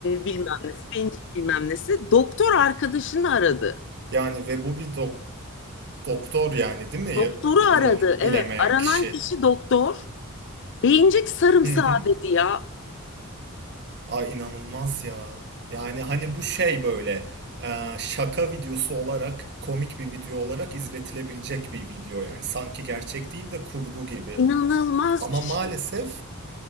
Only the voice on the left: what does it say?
bilmem nesi, beyincik bilmem nesi. Doktor arkadaşını aradı.
Doktoru
aradı.
Evet, aranan
kişi doktor. Beyincik sarımsağı
dedi ya.
İnanılmaz
bir
şey.